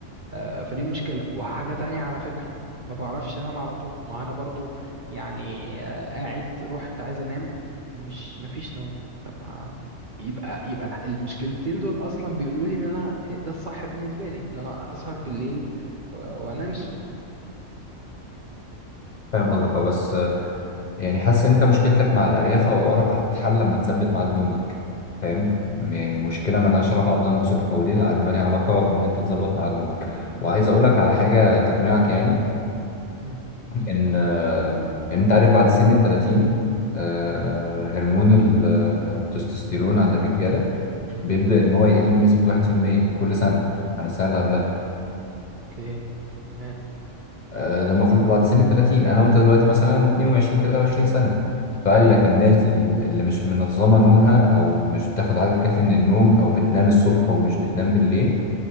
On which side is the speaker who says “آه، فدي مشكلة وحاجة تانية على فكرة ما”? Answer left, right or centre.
Right